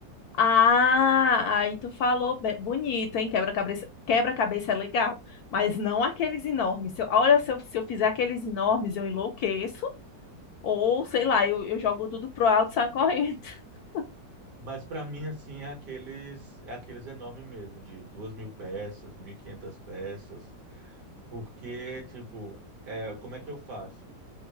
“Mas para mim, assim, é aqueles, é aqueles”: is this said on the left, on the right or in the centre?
Right